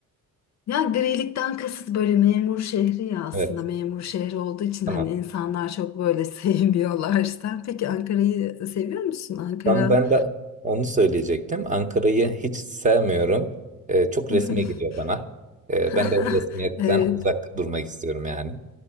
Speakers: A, on the left; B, on the right.
A: Ya grilikten kasıt böyle memur şehri ya aslında
B: Evet.
A: memur şehri olduğu için
B: Tamam.
A: hani insanlar çok böyle <laughs> sevmiyorlar. Sen peki Ankara'yı seviyor musun? Ankara
B: Ben, ben de onu söyleyecektim. Ankara'yı hiç sevmiyorum. Ee, çok
A: <laughs>
B: resmi geliyor bana. Ee,
A: <laughs>
B: ben de o resmiyetten
A: Evet,
B: uzak durmak istiyorum yani.